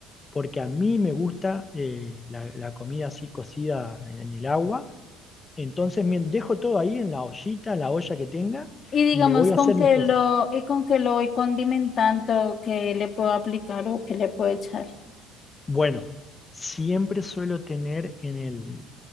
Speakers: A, on the left; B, on the left.
A: porque a mí me gusta eh, la, la comida así cocida en, en el agua. Entonces me dejo todo ahí en la ollita, en la olla que tenga,
B: Y digamos,
A: y me voy a
B: con
A: hacer
B: que
A: mis cosas.
B: lo, y con que lo voy condimentando, que le puedo aplicar o que le puedo echar.
A: Bueno, siempre suelo tener en el,